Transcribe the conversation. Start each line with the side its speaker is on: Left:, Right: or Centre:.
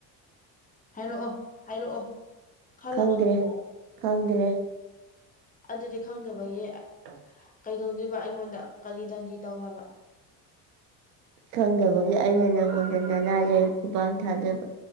Left: ꯍꯥꯏꯔꯛꯑꯣ ꯍꯥꯏꯔꯛꯑꯣ ꯈꯜꯂꯒ
Right: ꯈꯪꯗ꯭ꯔꯦ
Left: ꯄꯨꯝꯃꯛꯑꯣ
Right: ꯈꯪꯗ꯭ꯔꯦ
Left: ꯑꯗꯨꯗꯤ ꯈꯪꯗꯕꯌꯦ
Right: <inaudible>
Left: ꯀꯩꯗꯧꯗꯣꯏꯕ ꯑꯩꯉꯣꯟꯗ ꯀꯔꯤ ꯗꯟꯗꯤ ꯇꯧ ꯍꯥꯏꯕ
Right: ꯈꯪꯗꯕꯒꯤ ꯑꯩꯅ ꯅꯪꯉꯣꯟꯗ ꯅꯅꯥ ꯂꯩꯔ ꯈꯨꯄꯥꯡ ꯊꯥꯗꯣꯏꯕ